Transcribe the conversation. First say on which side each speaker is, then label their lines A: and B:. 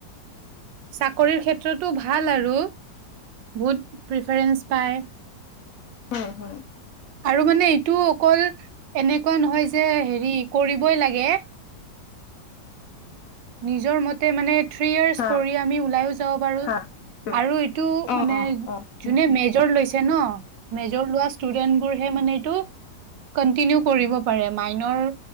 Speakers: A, on the right (about 85°); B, on the left (about 60°).
A: চাকৰিৰ ক্ষেত্ৰতো ভাল আৰু বহুত প্ৰিফাৰেঞ্চ পায়। <unintelligible>
B: হয় হয় <inaudible>
A: আৰু মানে। <unintelligible> তটো অকল এনেকুৱা নহয় যে হেৰি কৰিবই লাগে <unintelligible> াকে <inaudible> নিজৰ মতে মানে? <unintelligible> থ্ৰী য়েএছ
B: হা
A: কৰি আমি ওলাই যাব পাৰু
B: হা উম
A: আৰু
B: অ
A: মান
B: অ অ হুম
A: মেজ ল <unintelligible> ন মেজৰ লোৱা ষ্টুডেন্ট বোৰহে মানে এইটো কন্টিনিউ কৰিব পাৰে মাইনৰ